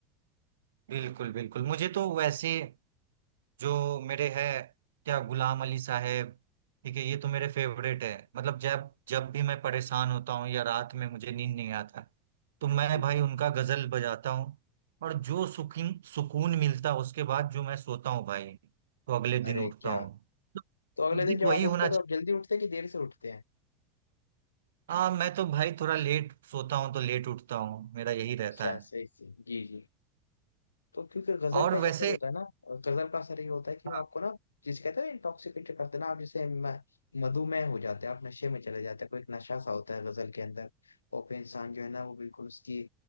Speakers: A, on the right; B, on the left.
A: बिल्कुल बिल्कुल मुझे तो वैसे जो मेरे है क्या गुलाम अली साहब ठीक है ये तो मेरे फेवरेट है मतलब जब जब भी मैं परेशान होता हूँ या रात में मुझे नींद नहीं आता तो मैं
B: जी
A: भाई
B: जी
A: उनका गजल बजाता हूँ और जो सुकून सुकून मिलता है उसके बाद जो मैं सोता हूँ भाई तो अगले
B: अरे
A: दिन उठता
B: क्या
A: हूँ
B: तो अगले
A: म्यूजिक
B: दिन जब
A: वही
B: आप उठते
A: होना
B: हैं तो आप जल्दी उठते हैं कि देर से उठते हैं
A: हाँ मैं तो भाई थोड़ा लेट सोता हूँ तो लेट उठता हूँ मेरा यही रहता
B: अच्छा
A: है
B: सही सही जी जी तो क्योंकि गजल
A: और
B: का ही
A: वैसे
B: असर होता है ना गजल का असर ये होता है कि
A: हाँ
B: वो आपको ना जिसे कहते हैं इंटॉक्सिकेटेड करते हैं ना आप जैसे म- मधुमेह हो जाते हैं आप नशे में चले जाते हैं कोई एक नशा सा होता है गजल के अंदर और फिर इंसान जो है ना वो बिल्कुल उसकी